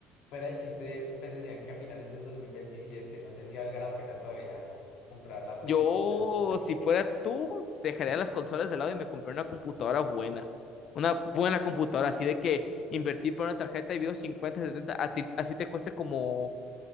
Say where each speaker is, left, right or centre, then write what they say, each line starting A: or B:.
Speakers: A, on the left; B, on the left.
A: fuera de chiste, pues decían que a finales del 2027 no sé si valga la pena todavía comprar la Play
B: Yo,
A: 5.
B: si fuera tú, dejaría las consolas de lado y me compré una computadora buena. Una buena computadora, así de que invertir por una tarjeta de video 50 70 a ti- así te cueste como